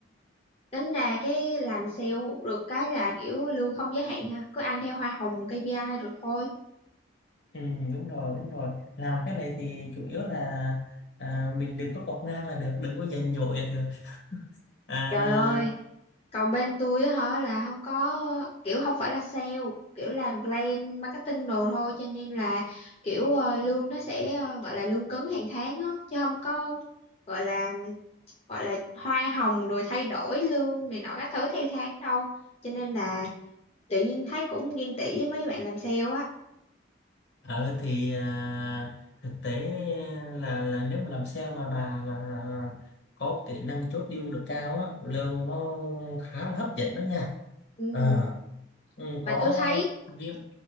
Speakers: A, on the left (about 30°); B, on the left (about 60°).
A: Tính ra cái làm sale được cái là kiểu lương không giới hạn ha, cứ ăn theo hoa hồng KPI rồi thôi.
B: ừ, đúng rồi đúng rồi làm cái này thì chủ yếu là à, mình đừng có quạt ngang là được đừng có giành giỏi là được à,
A: Trời ơi, còn bên tôi á hả là không có kiểu không phải là sale kiểu làm plan marketing đồ thôi cho nên là kiểu ờ, lương nó sẽ ờ, gọi là lương cứng hàng tháng á chứ không có gọi là gọi là hoa hồng rồi thay đổi lương này nọ các thứ theo tháng đâu cho nên là tự nhiên thấy cũng ghen tị với mấy bạn làm sale á
B: ở thì à, thực tế là là nếu mà làm sale mà bà mà có kỹ năng chốt deal được cao á lương nó khá là hấp dẫn đó nha
A: ừ.
B: À, ừ,
A: mà
B: có
A: tôi thấy
B: việc